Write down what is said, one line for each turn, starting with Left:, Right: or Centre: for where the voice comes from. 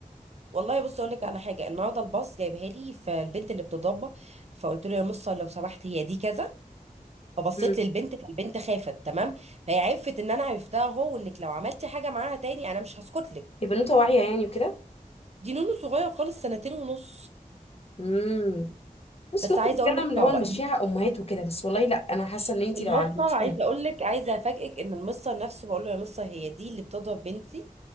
Right: والله بص اقول لك على حاجه النهارده الباص جايبها لي فالبنت اللي بتضربها فقلت له يا مصه لو سمحت هي دي كذا فبصيت
Left: امم
Right: للبنت فالبنت خافت تمام فهي عرفت ان انا عرفتها هو وانك لو عملتي حاجه معاها تاني انا مش هسكت لك
Left: يبقى بنوته واعيه يعني وكده
Right: دي نونو صغير خالص سنتين ونص
Left: امم بس
Right: بس
Left: ممكن
Right: عايزه
Left: نتكلم
Right: اقول لك
Left: اللي
Right: صعبه
Left: هو نمشيها امهات وكده بس والله لا انا حاسه ان انت
Right: المصة
Left: لو علمتيها
Right: عايزة اقول لك عايزة افاجئك ان المصة نفسه بقول له يا مصة هي دي اللي بتضرب بنتي